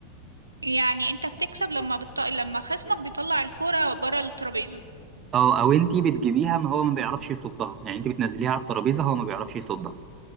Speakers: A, on the right; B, on the right.
A: يعني انت بتكسب لما بتط... لما خصمك بيطلع الكرة بره الترابيزة
B: اه أو انتي بتجيبيها ما هو ما بيعرفش يصدها يعني انتي بتنزليها على الترابيزة هو ما بيعرفش يصدها